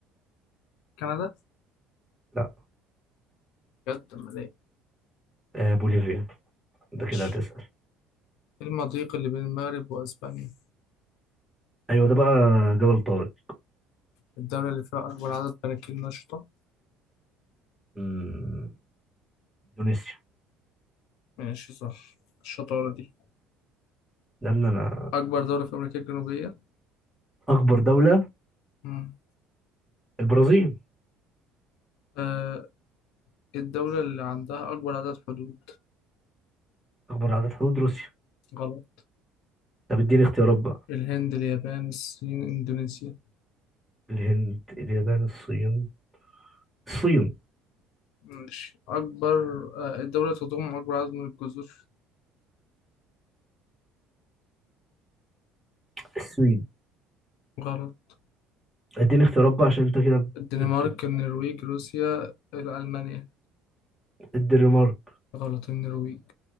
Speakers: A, on the left; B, in the centre.
A: كندا
B: لا
A: بجد امال ايه؟
B: آه بوليفيا انت
A: ماشي
B: كده هتسأل
A: إيه المضيق اللي بين المغرب وأسبانيا
B: ايوه ده بقى جبل طارق
A: الدولة اللي فيها أكبر عدد براكين نشطة
B: مم، إندونيسيا
A: ماشي صح الشطارة دي
B: لأن أنا
A: أكبر دولة في أمريكا الجنوبية
B: أكبر دولة
A: مم.
B: البرازيل
A: آه الدولة اللي عندها أكبر عدد حدود
B: أكبر عدد حدود روسيا
A: غلط
B: طب اديني اختيارات بقى
A: الهند اليابان الصين إندونيسيا
B: الهند اليابان الصين الصين
A: ماشي أكبر آه الدولة تضم أكبر عدد من الجزر
B: السويد
A: غلط
B: اديني اختيارات بقى عشان انت كده
A: الدنمارك
B: بت- بت-
A: النرويج روسيا ألمانيا
B: الدنمارك
A: غلط النرويج